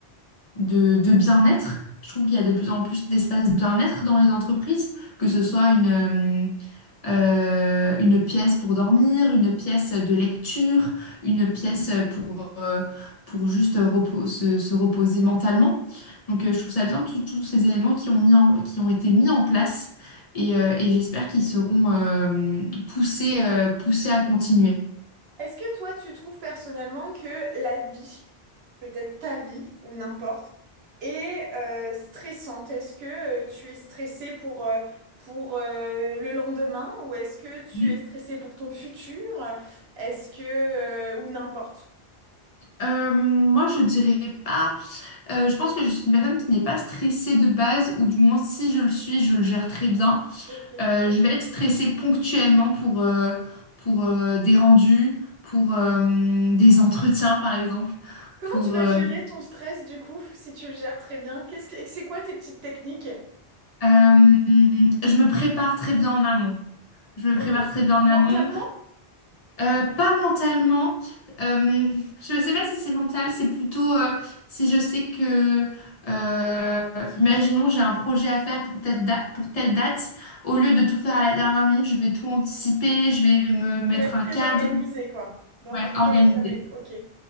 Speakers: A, on the left; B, on the right.
A: de, de bien-être. Je trouve qu'il y a de plus en plus d'espaces bien-être dans les entreprises, que ce soit une, euh, euh, une pièce pour dormir, une pièce de lecture, une pièce pour, euh, pour juste repo- se, se reposer mentalement. Donc euh, je trouve ça bien, tous tous ces éléments qui ont mis en- qui ont été mis en place et, euh, et j'espère qu'ils seront euh, poussés, euh, poussés à continuer.
B: Est-ce que toi, tu trouves personnellement que la vie, peut-être ta vie ou n'importe, est euh, stressante? Est-ce que euh, tu es stressé pour, euh, pour euh, le lendemain ou est-ce que tu
A: Mhm.
B: es stressé pour ton futur? Est-ce que... euh, ou n'importe.
A: Euh, moi, je dirais pas. Euh, je pense que je suis une personne qui n'est pas stressée de base, ou du moins si je le suis, je le gère très bien.
B: Ok.
A: Euh, je vais être stressée ponctuellement pour, euh, pour euh, des rendus, pour euh, des entretiens par exemple.
B: Comment
A: Pour,
B: tu vas
A: euh,
B: gérer ton stress du coup, si tu le gères très bien? Qu'est-ce que, c'est quoi tes petites techniques?
A: euh, je me prépare très bien en amont. Je me
B: Ok.
A: prépare très bien en amont.
B: Mentalement,
A: Euh, pas mentalement. Euh, je ne sais pas si c'est mental, c'est plutôt euh, si je sais que, euh, imaginons, j'ai un projet à faire pour telle da- pour telle date, au lieu de tout faire à la dernière minute, je vais tout anticiper, je vais me mettre
B: tu vas être
A: un
B: très
A: cadre,
B: organisé, quoi. Dans
A: ouais,
B: ta
A: organiser.
B: tête, ça va être ok.